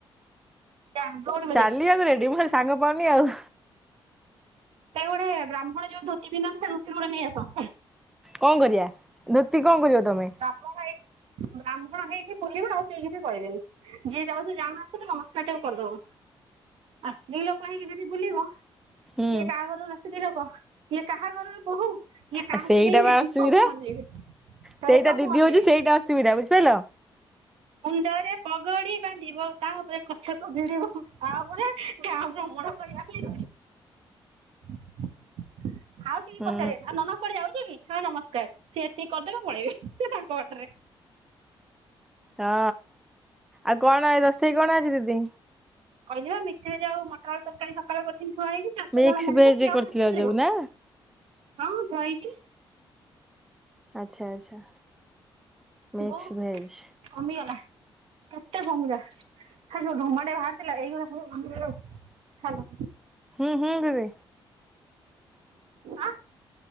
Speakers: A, on the right (about 90°); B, in the centre.
A: ଯା ଦୌଡିବ
B: ଚାଲିବାକୁ
A: ଯା
B: ରେଡି ମୁଁ ଖାଲି ସାଙ୍ଗ ପାଉନି ଆଉ।
A: ସେଇ ଗୋଟେ ବ୍ରାହ୍ମଣ ଯୋଉ ଧୋତି ପିନ୍ଧନ୍ତି ସେଇ ଧୋତି ଗୁଡା ନେଇଆସ।
B: କଣ କରିବା ଧୋତି କଣ କରିବ ତମେ?
A: ବ୍ରାହ୍ମଣ ହେଇ ବ୍ରାହ୍ମଣ ହେଇକି ବୁଲିବା ଆଉ କେହି କିଛି କହିବେନି। ଯିଏ ଯାଉତୁ ଯାଉଣୁ‌ ଆସୁଣୁ ନମସ୍କାର ଟାକୁ କରିଦବ। ଆ ସ୍ତ୍ରୀ ଲୋକ ହେଇକି ଯଦି ବୁଲିବ
B: ହୁଁ
A: କିଏ କାହା ଘରୁ <unintelligible> ଇଏ କାହା ଘରର ବୋହୁ ଇଏ କାହା
B: ଆ ସେଇଟା
A: ସ୍ତ୍ରୀ
B: ବା ଅସୁବିଧା
A: ସବୁ ଅନେଇବେ। ପ୍ରାୟ
B: ସେଇଟା
A: ସବୁ
B: ଦିଦି
A: ଅନେଇବେ
B: ହଉଛି ସେଇଟା ଅସୁବିଧା ବୁଝିପାରିଲ।
A: ମୁଣ୍ଡରେ ପଗଡି ବାନ୍ଧିବ ତା ଉପରେ ଗଛକୁ ଭିଡିବ ତାପରେ ଗାଁ ଭ୍ରମଣ କରିବା ପାଇଁ <inaudible> ଆଉ
B: ହୁଁ।
A: ପଚାରିବେ ଆଉ ନନା କୁଆଡେ ଯାଉଛ କି ହଁ ନମସ୍କାର ସିଏ ଏତିକି କରିଦେବେ ପଳେଇବେ ସେ ତାଙ୍କ ବାଟରେ।
B: ହଁ ଆଉ କଣ ରୋଷେଇ କଣ ଆଜି ଦିଦି।
A: କଦ ମିକ୍ସରେ ଯଉ ମଟର ତରକାରୀ ସକାଳୁ ପ୍ରଥମ ଥୁଆ ହେଇଛି ଚାଷ
B: ମିକ୍ସ
A: କାମ ମଣିଷ
B: ଭେଜ୍
A: କିଏ
B: କରିଥିଲ
A: ଆଉ ରୋଷେଇ କରିବ।
B: ଯୋଉ ନା?
A: ହଁଁ କୁଆହେଇଛି।
B: ଆଛା ଆଛା ମିକ୍ସ
A: ବୋଉ
B: ଭେଜ୍।
A: କମିଗଲା କେତେ କମିଲା ଖାଲି ସୁ ମାଟେ ବାହାରିଥିଲା <unintelligible> ହ୍ୟାଲୋ।
B: ହୁଁ ହୁଁ ଦିଦି।
A: ଆଁ